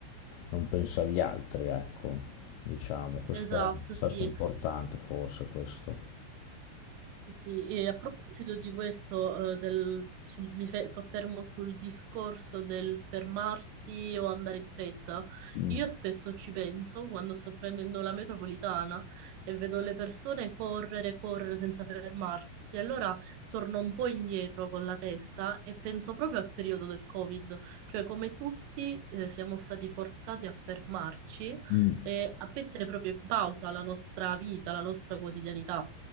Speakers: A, on the left; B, on the right.
A: non penso agli altri, ecco, diciamo, questo
B: esatto,
A: è stato
B: sì.
A: importante forse questo.
B: Sì, sì, e a proposito di questo, eh, del- sul- mi fe- soffermo sul discorso del fermarsi o andare di fretta.
A: Mm.
B: Io spesso ci penso quando sto prendendo la metropolitana e vedo le persone correre, correre senza fermarsi. Allora torno un po' indietro con la testa e penso proprio al periodo del Covid, cioè come tutti, eh, siamo stati forzati a fermarci
A: Mm.
B: e a mettere proprio in pausa la nostra vita, la nostra quotidianità.